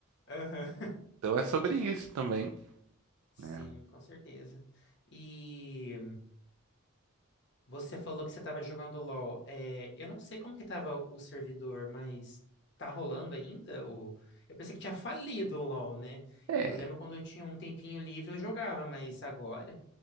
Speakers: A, on the left (about 55°); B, on the right (about 85°).
A: Aham.
B: Então é sobre isso também.
A: Sim,
B: né?
A: com certeza. E você falou que você estava jogando LoL. É, eu não sei como que tava o servidor, mas tá rolando ainda? O... Eu pensei que tinha falido o LoL, né?
B: É.
A: Eu lembro quando eu tinha um tempinho livre, eu jogava, mas agora?